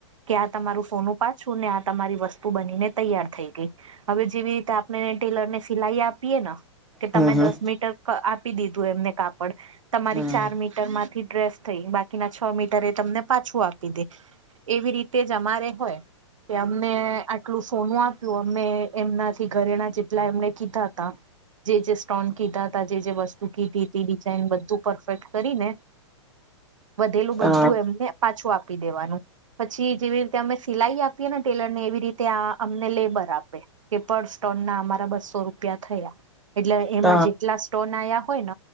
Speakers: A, on the right; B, in the centre.
A: કે આ તમારું સોનું પાછું ને આ તમારી વસ્તુ બનીને તૈયાર થઈ ગઈ હવે જેવી રીતે આપણે ટેલરને સિલાઈ આપીએ ન કે તમે
B: હમ
A: દસ મીટર અ આપી દીધું એમને કાપડ તમારી
B: હમ
A: ચાર મીટરમાં થી ડ્રેસ થઈ બાકીના છ મીટર એ તમને પાછું આપી દે એવી રીતે જ અમારે હોય કે અમને આટલું સોનું આપ્યું અમે એમનાથી ઘરેણા જેટલા એમને કીધા હતા. જે જે સ્ટોન કીધા હતા જે જે વસ્તુ કીધી હતી ડિઝાઇન બધું પરફેક્ટ કરીને વધેલું બધું
B: હમ અ
A: એમને એમ પાછું આપી દેવાનું પછી જેવી રીતે અમે સિલાઈ આપીએ ને ટેલરને એવી રીતે આ અમને લેબર આપે તે પણ સ્ટોનના અમારા બસો રૂપિયા થયા. એટલે એમાં
B: ત
A: જેટલા સ્ટોન આયા હોય ન